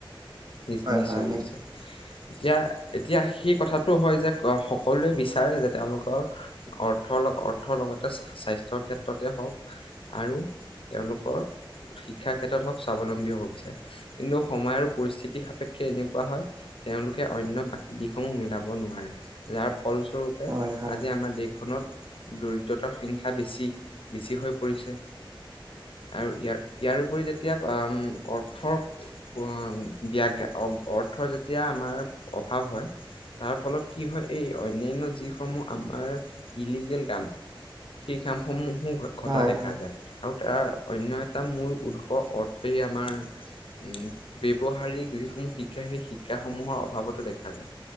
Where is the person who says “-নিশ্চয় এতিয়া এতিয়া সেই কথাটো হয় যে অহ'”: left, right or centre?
Left